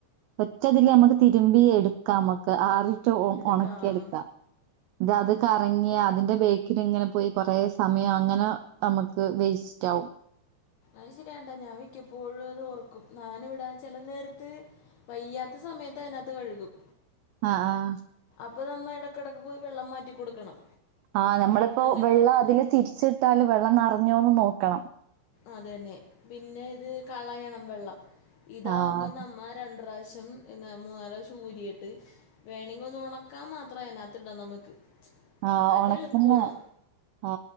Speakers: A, on the right; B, on the left.
A: ഒറ്റതില് നമുക്ക് തിരുമ്പി എടുക്കാം നമുക്ക് ആറി ഏറ്റവും
B: എടുക്കാം
A: ഉണക്കിയെടുക്കാം ഇത അത് കറങ്ങിയ അതിന്റെ ബേക്കിൽ ഇങ്ങനെ പോയി കൊറെ സമയം അങ്ങനെ നമുക്ക് വേസ്റ്റ് ആകും
B: അ ശരിയാണ്ടാ ഞാൻ വിക്കപ്പോഴും അത് ഓർക്കും ഞാനിവിട ചെല നേരത്ത് വയ്യാത്ത സമയത്ത് അതിനകത്ത് കഴുകും
A: ആഹ ആഹ
B: ഇപ്പോൾ നമ്മൾ ഇടയിടക്ക് പോയി വെള്ളം മാറ്റി കൊടുക്കണം
A: ആഹ് നമ്മളിപ്പോ
B: അങ്ങനത്തെ
A: വെള്ളം അതില് തിരിച്ചിട്ടാല് വെള്ളം നിറഞ്ഞോന്ന് നോക്ക ക്കാം <unintelligible>
B: അത തന്നെ പിന്നെ ഇത് കളയണം വെള്ളം ഇതാവുമ്പോ
A: ആഹ്
B: നമ്മ രണ്ട പ്രാവശ പം പി മൂന്നര ചൂരിയയിട്ട് വേണമെങ്കിൽ ഒന്ന് ഉണക്കാൻ മാത്രമായിതിനകത്തിടാം നമുക്ക്
A: ആ
B: അത്
A: ഉണക്കുന്ന
B: എളുപ്പമാണ്
A: ആ